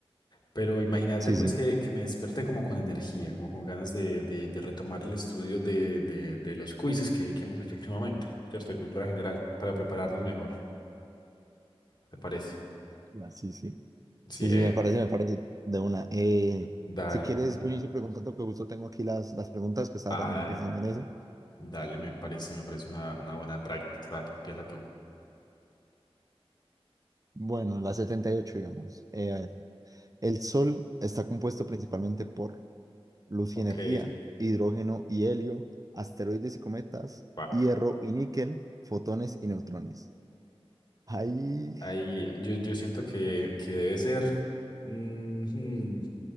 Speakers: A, on the left; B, on the right.
A: pero imagínate
B: Sí,
A: pues
B: sí.
A: que, que me desperté como con energía, como con ganas de, de, de retomar el estudio de, de, de los quizzes que, que hemos hecho últimamente, ¿cierto? De cultura general, para prepararnos mejor, ¿te parece?
B: Ya, sí, sí.
A: Sí,
B: Sí,
A: eh,
B: sí, me parece, me parece. De una. Eh,
A: dale,
B: si quieres,
A: para.
B: yo inicio preguntando que justo tengo aquí las, las preguntas que estaba
A: Ah,
B: también
A: dale.
B: pensando en eso.
A: Dale, me parece, me parece una, una buena práctica. Dale, empieza tú.
B: Bueno, las 78, digamos. Eh, a ver, el Sol está compuesto principalmente por luz
A: Ok.
B: y energía, hidrógeno y helio, asteroides y cometas,
A: Wow.
B: hierro y níquel, fotones y neutrones. Ahí.
A: Ahí yo, yo siento que, que debe ser. ujú,